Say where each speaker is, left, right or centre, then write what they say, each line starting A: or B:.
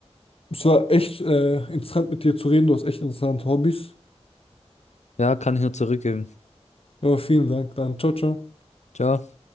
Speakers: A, on the left; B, on the left.
A: es war echt äh, interessant mit dir zu reden. Du hast echt interessante Hobbys.
B: ja, kann ich nur zurückgeben.
A: Ja, vielen Dank. Dann ciao, ciao.
B: Ciao.